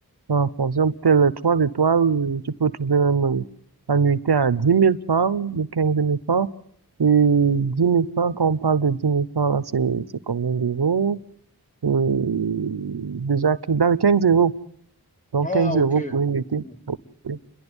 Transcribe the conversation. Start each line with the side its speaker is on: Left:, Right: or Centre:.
Right: En fonction de telle trois étoiles, euh, tu peux trouver même euh, la nuitée à dix mille francs ou quinze mille francs. Et dix mille francs, quand on parle de dix mille francs, là, c'est, c'est combien d'euros? Euh, déjà, que- dans les 15 euros. Donc,
Left: Ah,
Right: 15
Left: OK.
Right: euros pour une nuitée.
Left: Bon.
Right: oui.